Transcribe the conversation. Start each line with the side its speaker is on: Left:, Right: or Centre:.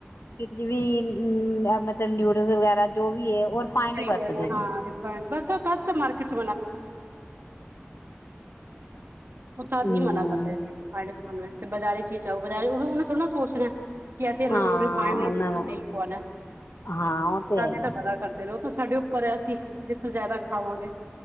Left: ਜਿਵੇੰ ਮਤਲਬ ਨਿਊਡਲਸ ਵਗੈਰਾ ਜੋ ਵੀ ਹੈ ਉਹ ਰਿਫਾਇੰਡ
Right: ਸਹੀ
Left: ਹੀ ਵਰਤਦੇ
Right: ਗ
Left: ਨੇ
Right: ਹਾਂ ਰਿਫਡ ਬਸ ਤ ਮ ਚ ਉਹ ਤਦ
Left: ਹਮ
Right: ਹੀ ਮਨਾ ਕਰਦਾ ਹੈ ਖ ਵਾਸਤੇ ਬਾਜ਼ਾਰੀ ਚੀਜ਼ਾਂ ਉਹ ਬਾਰੇ ਉਹਨ ਉਹਨੇ ਥੜਾ ਨਾ ਸੋਚਣਾ ਕਿ ਅਸੀਂ ਇਹਨਾਂ
Left: ਹਾਂ
Right: ਨੂੰ ਰਿਫਾਇੰਡ
Left: ਉਹਨਾਂ
Right: ਲਈ ਸ
Left: ਨੂੰ
Right: ਤੇਲ ਪਾਵਾਉਣਾ
Left: ਹਾਂ ਉਹ ਤੇ
Right: ਤਦੇ
Left: ਹੈ ਹੀ
Right: ਤਾਂ ਬਤਾ ਕਰਨਾ ਫ ਉਹ ਤਾਂ ਸਾਡੇ ਉੱਪਰ ਹੈ ਅਸੀਂ ਜਿੱਤੋਂ ਜ਼ਿਆਦਾ ਖਾਵਾਂਗੇ